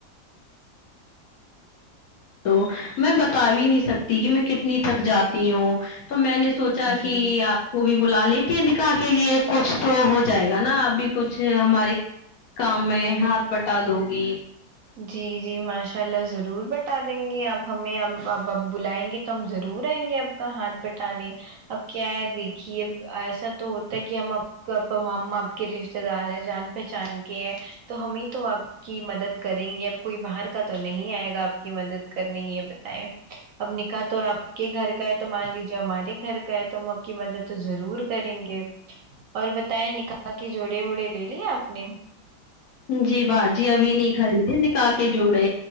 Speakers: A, on the left; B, on the right.
A: تو میں بتا بھی نہیں سکتی کہ میں کتنی تک جاتی ہوں تو میں نے سوچا
B: جی
A: کہ آپ وہ بھی بلا لیتی ہے نکاح کے لیے کچھ تو ہو جائے گا نا ابھی کچھ ہمارے کام میں ہاتھ بٹا دو گی
B: جی جی ماشاء اللہ ضرور بتا دیں گے آپ ہمیں اب اب اب بلائیں گے تو ہم ضرور آئیں گے اب کا ہاتھ بٹانے اب کیا ہے دیکھیے ایسا تو ہوتا ہے کہ ہم تو آپام آپ کے رشتتے دار ہیں جان پہچان کے ہیں تو ہمیں تو آپ کی مدد کریں گی اب کوئی باہر کا تو نہیں آئے گا آپ کی مدد کرنے یہ بتائیں اب نکاح تو آپ کے گھر کا ہے تو مان لیجیے ہمارے گھر کا ہے تو ہم آپ کی مدد تو ضرور کریں گے اور بتائے نکاح کے جوڑے وڑے لے لیے آپ نے
A: جی باجی ابھی نہیں خری دے نکاح کے جوڑے